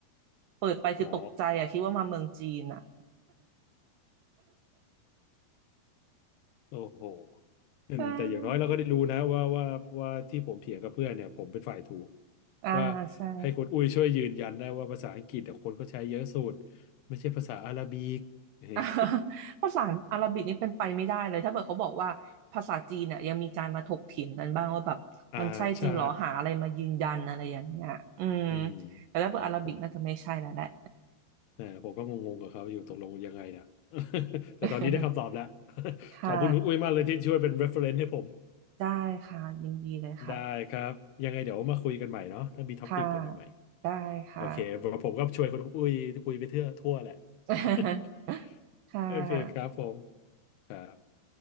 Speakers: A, on the right (about 70°); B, on the left (about 80°).
A: เปิดไปคือตกใจอะคิดว่ามาเมืองจีนอะ
B: อ๋อโอ้โหอืมแต่อย่างน้อยเราก็ได้รู้นะว่าว่าว่าที่ผมเถียงกับเพื่อนเนี่ยผมเป็นฝ่ายถูก
A: ใช่อ่าใช่
B: ว่าให้คนอุ้ยช่วยยืนยันได้ว่าภาษาอังกฤษแต่คนก็ใช้เยอะสุดไม่ใช่ภาษาอาหรับิก <laughs>
A: <laughs>
B: เนี่ย
A: อ่าภาษาอาหรับิกนี่เป็นไปไม่ได้เลยถ้าเกิดเขาบอกว่าภาษาจีนเนี่ยยังมีการมาถกเถียงกันบ้างว่าแบบมันใช่จริงเหรอหาอะไรมายืนยันอะไรอย่างเงี้ยอืม
B: <laughs> อ่าใช่อืม
A: แต่ถ้าเกิดอาหรับิกน่าจะไม่ใช่แล้วแหละ
B: ผม เออผมก็งงๆกับเขาอยู่ตกลงยังไงเนี่ย <laughs> แต่ตอนนี้ได้คำตอบแล้ว
A: <laughs>
B: <laughs>
A: ค่ะ
B: ขอบคุณคุณอุ้ยมากเลยที่ช่วยเป็น reference ให้ผม
A: ได้ค่ะยินดีเลยค่ะ
B: ได้ครับยังไงเดี๋ยวมาคุยกันใหม่เนาะถ้ามีท็อปิกอะไรใหม่
A: ค่ะได้ค่ะ
B: ๆโอเคผมก็ช่วยคุณอุ้ยคุยไปเทื่อทั่วแหละ
A: <laughs>
B: <laughs>
A: ค่ะ
B: โอเคครับผมครับ